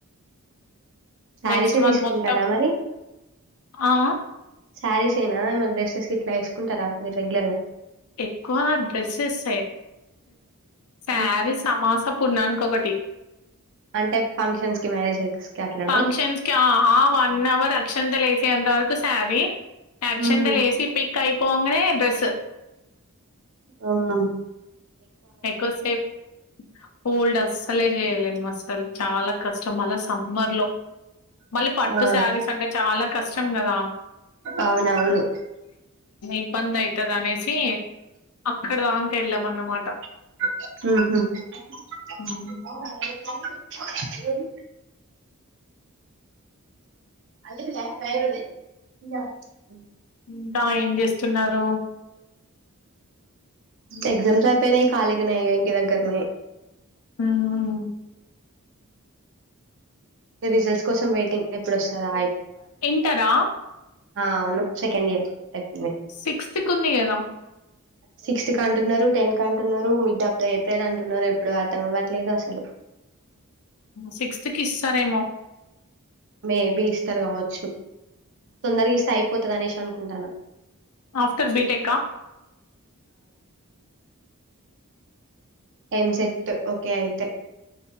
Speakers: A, on the right; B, on the left.
A: శారీసే
B: నెక్స్ట్ మంత్
A: తీసుకుంటారా
B: మొత్తం
A: మరి?
B: ఆ ఆ
A: శారీస్ యేన మళ్ళీ డ్రెస్సెస్ గిట్ల వేసుకుంటారా మీర్ రెగ్యులర్గా
B: ఎక్కువ డ్రెస్సెస్ యే శారీస్
A: హ్మ్.
B: అమాషం పున్నానికి ఒకటి
A: అంటే ఫంక్షన్స్‌కి, మ్యారేజెస్‌కి అట్లనా?
B: ఫంక్షన్స్ కి ఆ ఆ వన్అవర్ అక్షంత లేస్ ఎంతవరకు సారీ అక్షింత
A: హ్మ్.
B: లేసి పిట్ కైపోంగానే డ్రస్ స్
A: ఆఆ
B: ఎక్కువసేపు హోల్డ్ అస్సలే చేయలేం మస్ త చాలా కష్టం మళ్ళ సమ్మర్ లో మళ్ళీ పట్టు
A: ఆ!
B: చ తల కష్టము అల సమర్ లో శారీస్ అంటే చాలా కష్టం కదా
A: అవునవును.
B: ఇబ్బంది అవుతుంది అనేసి అక్కడ దాక వెళ్ళాంన్నమాట
A: ఆ <unintelligible> ఓహా
B: ఉమ్,
A: <inaudible> <unintelligible> అదింట భయద <unintelligible>
B: ఇంకాా ఏం చేస్తున్నారు
A: ఎగ్జామ్స్ అయిపోయినాయి ఖాళీగానేయి ఇంటి దగ్గరనే
B: మ్మ్
A: రిజల్ట్స్ కోసం వెయిటింగ్ ఎప్పుడు వస్తారా
B: తింటార
A: ఆ అవును సెకండ్ ఇయర్ అయిపోయింది.
B: సిక్స్త్ కు ఉంది కదా
A: సిక్స్త్ క అంటున్నారు టెన్త్ క అంటున్నారు మిడ్ ఆఫ్ ద ఏప్రిల్ అంటున్నారు ఎప్పుడు అర్థం అవ్వట్లేదు అసలు
B: సిక్స్త్ కి ఇస్తారేమో
A: మేబి ఇస్తారు కావచ్చు తొందరగా ఇష్ట అయిపోతుంది అనేష అనుకుంటాను
B: ఆఫ్టర్ బీటెకాా
A: ఎంసె ఓకే అయితే